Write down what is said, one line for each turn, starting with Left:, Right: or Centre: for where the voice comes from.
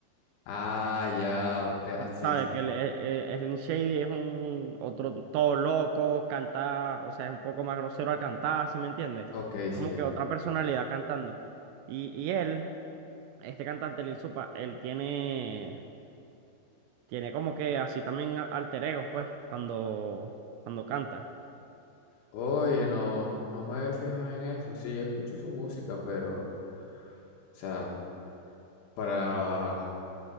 Left: Ah, ya. eh, ah, sí,
Right: Sabes
Left: sí.
Right: que el- eh, eh, Slim Shady es un otro todo loco, canta, o sea, es un poco más grosero al cantar, ¿sí me entiendes?
Left: Ok, sí,
Right: Como que otra personalidad cantando. Y, y él, este cantante Lil Supa, él tiene, tiene como que así también a- alter egos, pues, cuando, cuando canta.
Left: Oye, no, no me había fijado en eso. Sí, yo escucho su música, pero, o sea, para